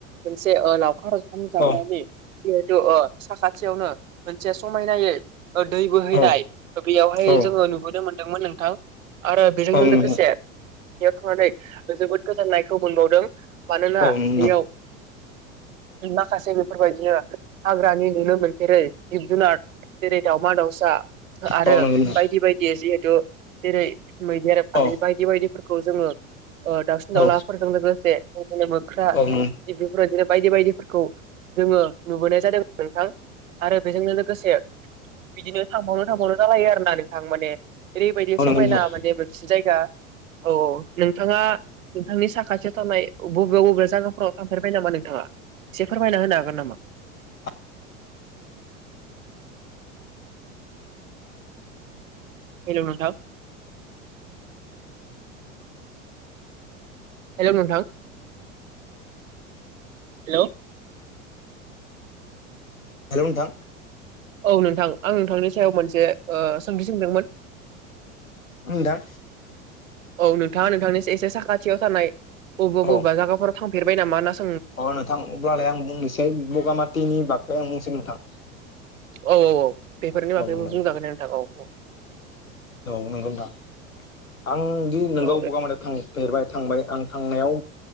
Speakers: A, on the right; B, on the left.
A: मोनसे लावखार ओंखाम जाग्रानि
B: औ
A: जिहेतु ओ साखाथियावनो मोनसे समायनायै औ दै बोहैनाय
B: औ
A: ओ बेयावहाय
B: औ
A: जोङो नुबोनो मोनदोंमोन नोंथां। आरो बेजोंनो
B: नंगौ
A: लोगोसे बेयाव थांनानै जोबोद गोजोननायखौ मोनबावदों। मानोना
B: औ नंगौ
A: बेयाव
B: नोंथां
A: माखासे बेफोरबायदिनो हाग्रानि नुनो मोनफेरै जिब जुनार जेरै दावमा दाउसा आरो
B: औ नंगौ नोंथां
A: बायदि बायदि जिहेथु जेरै मैदेर
B: औ
A: आरि बायदि बायदि फोरखौ जोङो ओ दाउसिन
B: औ
A: दाउलाफोरजों
B: नंगौ नोंथां औ
A: लोगोसेनि मोख्रा
B: औ
A: बेफोरबायदिनो बायदि बायदिफोरखौ जोङो नुबोनाय जादों नोंथां आरो बेजोंनो लोगोसे बिदिनो थांबावनो थांबावनो जालायो आरो ना नोंथां माने ओरैबायदि समायना
B: नंगौ नोंथां
A: माने मोनसे जायगा औ औ नोंथाङा नोंथांनि साखाथियाव थानाय बबे बबे जागाफोराव थांफेरबाय नामा नोंथाङा एसे फोरमायना होनो हागोन नामा
B: <inaudible>
A: हेलौ नोंथां। हेलौ नोंथां हेलौ।
B: हेलौ नोंथां।
A: औ नोंथां आं नोंथांनि सायाव मोनसे ओ सोंथि सोंदोंमोन।
B: नोंथां
A: औ नोंथाङा नोंथांनि एसे साखाथियाव थानाय बबेबा
B: औ
A: बबेबा जागाफोराव थांफेरबाय नामा होनना सो
B: अ नोंथां अब्लालाय आं बुंनोसै बगामाथिनि बागै आं बुंसै नोंथां।
A: औ औ औ बेफोरनि
B: औ
A: बागैबो
B: नंगौ
A: बुंजागोनदे नोंथां औ।
B: औ नोंगौ नोंथां। आंदि नोंगौ
A: औ
B: बगा माटियाव थांफेरबाय थांबाय आं थांनायाव।